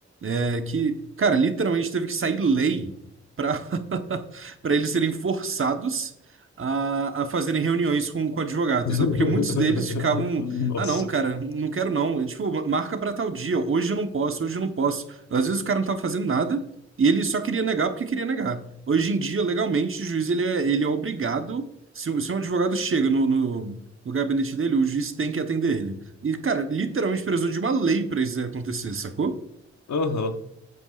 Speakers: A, on the right (about 45°); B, on the left (about 70°).
A: é, que, cara, literalmente teve que sair lei para <laughs> para eles serem forçados a, a fazerem reuniões com, com advogados,
B: <laughs>
A: sabe? Porque muitos deles ficavam,
B: Nossa.
A: ah, não, cara, não quero não. E, Tipo, marca para tal dia, hoje eu não posso, hoje eu não posso. Às vezes o cara não tava fazendo nada e ele só queria negar porque queria negar. Hoje em dia, legalmente, o juiz ele é, ele é obrigado, se, um- se um advogado chega no, no, no gabinete dele, o juiz tem que atender ele. E, cara, literalmente precisou de uma lei para isso acontecer, sacou?
B: Aham.